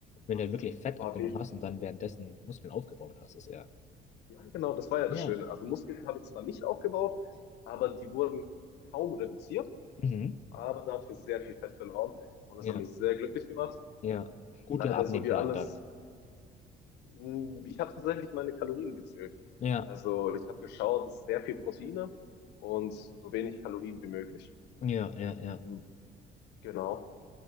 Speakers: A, on the left; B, on the left.
A: wenn
B: Das
A: du halt wirklich Fett
B: war
A: abgenommen
B: definitiv,
A: hast und dann währenddessen Muskeln aufgebaut hast, ist ja.
B: ja genau, das war ja das
A: Ja.
B: Schöne. Also Muskeln habe ich zwar nicht aufgebaut, aber die wurden kaum reduziert,
A: Mhm.
B: aber dafür sehr viel Fett verloren. Und
A: Ja.
B: das hat mich sehr glücklich gemacht.
A: Ja, guter
B: Leider
A: Abnehmplan
B: so wie alles,
A: dann.
B: mh, ich habe tatsächlich meine Kalorien gezählt.
A: Ja,
B: Also ich habe geschaut, es ist sehr viel Proteine und so wenig Kalorien wie möglich.
A: ja, ja, ja.
B: Mhm, Genau.